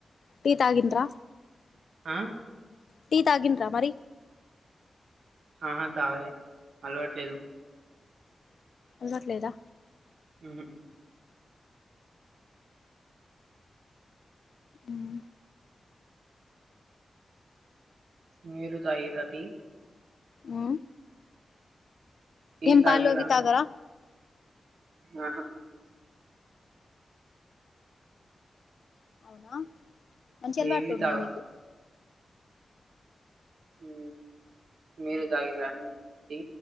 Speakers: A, on the left; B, on the right.
A: టీ తగింద్రా
B: ఆ
A: టీ తాగిండ్రా మరి
B: ఆహా తాగలే అలవట్లేదు
A: అలవాటు లేదా
B: ఉహు
A: ఉహ్
B: మీరు తాగిరా టి
A: ఉ
B: టీ
A: ఏం
B: తాగిర్రా
A: పాలు అవి తాగరా
B: ఆహా
A: అవునా మంచి అలవాట్లు
B: ఏవి
A: ఉన్నాయి
B: తాగా
A: మీకు
B: ఉ మీరు దగిరా అని టీ